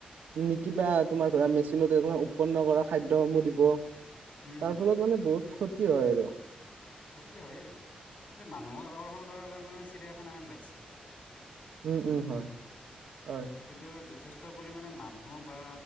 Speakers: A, on the right; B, on the left.
A: নিকিবা তোমাৰ ধৰা মেচিনত <unintelligible> উৎপন্ন কৰা খাদ্যসমূহ দিব।
B: উম
A: তাৰ ফলত মানে বহুত ক্ষতি হয় আৰু।
B: সিহঁতি হয়ে এই মানুহক আকৰ্ষণ কৰাৰ কাৰণে চিৰিয়াখানাখান ৰাখচি।
A: উম-উম, হয়-হয়।
B: কিন্তু যথেষ্ট পৰিমাণে মানুহ বা